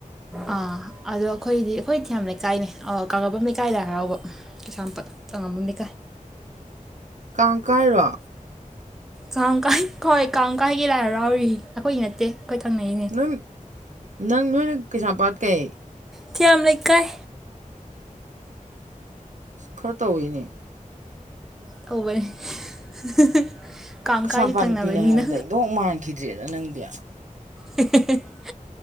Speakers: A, in the centre; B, on the right (about 60°).
A: ꯑꯥ ꯑꯗꯣ ꯈꯣꯏꯗꯤ ꯑꯩꯈꯣꯏ ꯊꯤꯌꯥꯝ ꯂꯩꯀꯥꯏꯅꯦ ꯑꯥ ꯀꯥꯡꯉꯥꯕꯝ ꯂꯩꯀꯥꯏ ꯂꯥꯏ ꯍꯔꯥꯎꯕ ꯀꯩꯁꯥꯝꯄꯠ ꯀꯥꯡꯉꯝꯕꯝ ꯂꯩꯀꯥꯏ
B: ꯀꯥꯡꯀꯥꯏꯔꯣ?
A: ꯀꯥꯡ ꯀꯥꯏ ꯈꯣꯏ ꯀꯥꯡ ꯀꯥꯏꯒꯤ ꯂꯥꯏ ꯍꯔꯥꯎꯔꯤ ꯑꯈꯣꯏꯒꯤ ꯅꯠꯇꯦ ꯑꯈꯣꯏ ꯊꯪꯅꯩꯅꯦ
B: <unintelligible> ꯅꯪ ꯅꯣꯏꯅ ꯀꯩꯁꯥꯝꯄꯥꯠ ꯀꯩ?
A: ꯊꯤꯌꯥꯝ ꯂꯩꯀꯥꯏ꯫
B: ꯈꯔ ꯇꯧꯋꯦꯅꯦ
A: ꯇꯧꯕꯅꯦ <unintelligible> ꯀꯥꯡ
B: ꯀꯩꯁꯥꯝꯄꯥꯠ
A: ꯀꯥꯏꯁꯦ ꯊꯪꯅꯕꯅꯤꯅ
B: ꯅꯨꯄꯤꯅꯦ ꯍꯥꯏꯕꯗ ꯏꯟꯗꯣꯛ ꯃꯥꯟꯈꯤꯗ꯭ꯔꯦꯗ ꯅꯪꯗꯤ
A: <unintelligible>